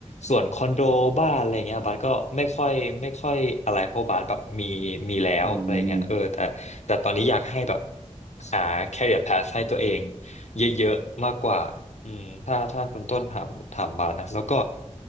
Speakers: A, on the left; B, on the right.
A: ส่วนคอนโดบ้านอะไรเงี้ยบัสก็ไม่ค่อยไม่ค่อยอะไรเพราะบัสแบบมีมีแล้วอะไรเงี้ยเออแต่แต่ตอนนี้อยากให้แบบ
B: อืม
A: หา career path ให้ตัวเอง เยอะๆมากกว่าอืมถ้าถ้าคุณต้นถามถามบาทนะแล้วก็